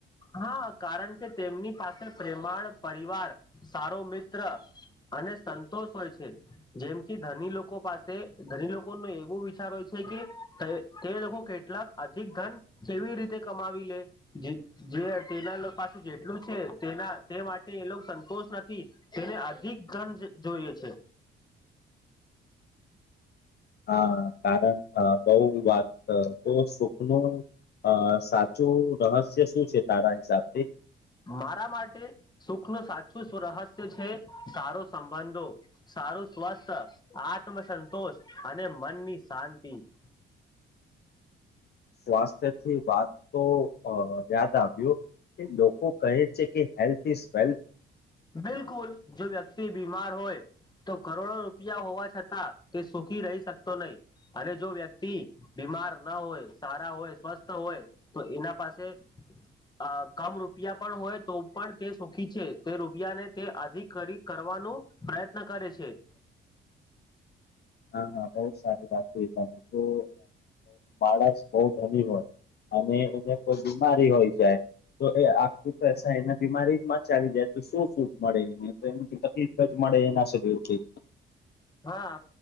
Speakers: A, on the left (about 20°); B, on the left (about 55°).
A: હા કારણ કે તેમની પાસે પ્રેમાળ પરિવાર સારો મિત્ર અને સંતોષ હોય છે જેમ કે ધની લોકો પાસે ધની લોકો ને એવું વિચાર હોય છે કે તે લોકો કેટલાક અધિક ધન કેવી રીતે કમાવી લે જે જે તેના પાસે જેટલું છે તેના તે માટે એ લોકો સંતોષ નથી તેને અધિ ક ગન જોઈએ છે.
B: હા કારણ બઉ વાત બઉ સુખ નું. અ સાચું રહસ્ય શું છે તારા હિસાબથી.
A: મારા માટે સુખ નું સાચું રહસ્ય છે સારો સંબંધો. સારું સ્વસ્થ આત્મસંતોષ અને મનની શાંતિ. <inaudible>
B: સ્વાસ્થ્ય થી વાત તો અ યાદ આવ્યું. કે લોકો કહે છે કે હેલ્થ ઇઝ વેલ્થ.
A: બિલકુલ જો વ્યક્તિ બીમાર હોય. તો કરોડો રૂપિયા હોવા છતાં તે સુખી રહી શકતો નઈ અને જો વ્યક્તિ. માર ના હોય સારા હોય સ્વસ્થ હોય તો એના પાસે અ કમ રૂપિયા પણ હોય તો પણ તે સુખી છે. તે રૂપિયાને તે અધિક કરવાનો પ્રયત્ન કરે છે. <inaudible>
B: હા બઉ સારી વાત તમે જો માણસ બઉ ધની હોય. અને એને કોઈ બીમારી હોય જાય તો એ આખું એના બીમારીમાં ચાલી જાય તો શું સુખ મળે તો એ તકલીફ જ મળે એના શરીરથી.
A: હા.